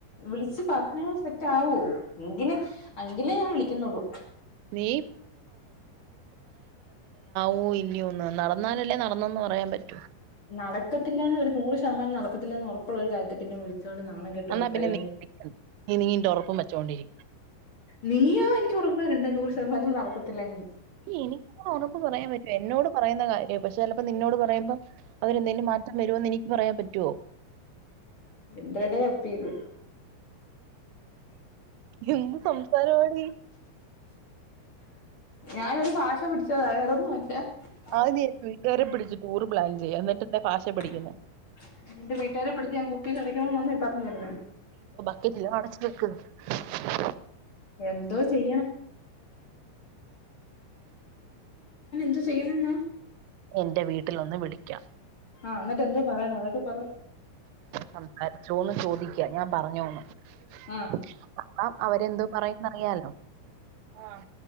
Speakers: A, on the left; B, on the right.
A: വിളിച്ച് പറഞ്ഞാ സെറ്റ ആവോ എങ്കിലേ അങ്കിലേ ഞാൻ വിളിക്കുന്നുള്ളു
B: നീ വോ ഇല്ലയോന്ന് നടന്നാലല്ലേ നടന്നന്ന് പറയാൻ പറ്റും
A: നടക്കത്തില്ലന്ന് ഒരു നൂറ് ശതമാനം നട നടകത്തില്ലെന്ന് ഉറപ്പ ഇപ്പോള ഒരു കാര്യത്തി പിന്നെ വിളിച്ചോണ്ട് നാണം കെട്ടണ്ട്
B: എന്നാ
A: പ്രേമ
B: പിന്നെ നീ നീ നീ ഉറപ്പും വെച്ചോണ്ടിരിക്കും
A: നീ ആ എനിക്ക് ഉറപ്പ തരണ്ട നൂറ് സേമനം നടക്കത്തില്ലെങ്കിൽ
B: എനിക്ക് ഉറപ്പ് പറയാൻ പറ്റുമോ എന്നോട് പറയുന്ന കാര്യ പക്ഷെ ചിലപ്പോ നിന്നോട് പറയുമ്പം അവരെന്തെങ്കിലും മാറ്റം വരുമോന്ന് എനി പറയാൻ പറ്റുവോ
A: എന്ട അപ്പ ഇത്
B: എന്ത് സംസാരവാടി
A: ഞാനൊ ഒരു ഭാഷ പഠി ച്ചതവേറെൊന്നുംല്ല <unintelligible>
B: ആദ്യം ഞാൻ വീട്ടുകാരെ പിടിച്ച് ടൂർ പ്ലാൻ ചെയ്യാം എന്നിട്ട് എന്റെ ഭാഷ പഠിക്കുന്നത്
A: എന്റെ വീട്ടുകാരെ പിടിച്ച് ഞാൻ കുപ്പിൽട എ വ പറഞ്ഞരുന്ന
B: എല്ല അടച്ച് <inaudible>
A: എന്തോ ചെയ്യണം എന്ത് ചെയ്യുംന്നാ
B: എന്റെ വീട്ടില് വന്ന് വിളി ക്യാ
A: ആ എന്നിട്ട് എന്തോ പറയാനാ അതൊക്കെ പറ
B: സംസാരിച്ചോന്ന് ചോദിക്ക ഞാൻ പറഞ്ഞോന്ന്
A: ആ
B: മ് ആ അവരെന്തോ പറയന്നറിയാലോ ആ